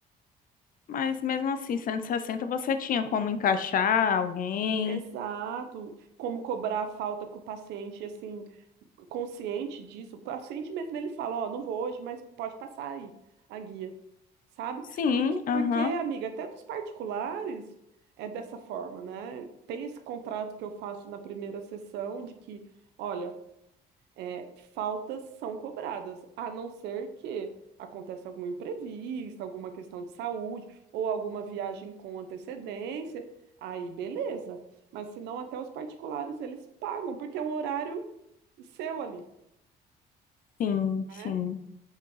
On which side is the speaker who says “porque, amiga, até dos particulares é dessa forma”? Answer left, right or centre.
Right